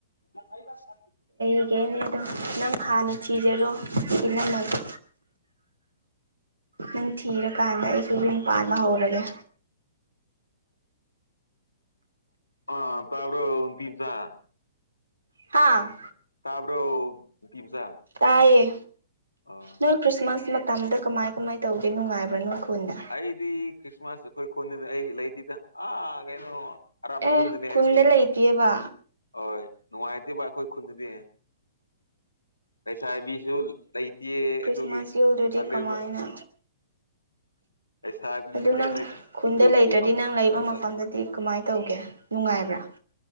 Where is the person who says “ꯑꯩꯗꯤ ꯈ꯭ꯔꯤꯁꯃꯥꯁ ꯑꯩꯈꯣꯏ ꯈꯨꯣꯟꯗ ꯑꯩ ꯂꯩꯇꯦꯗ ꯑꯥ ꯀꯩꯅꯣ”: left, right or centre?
Left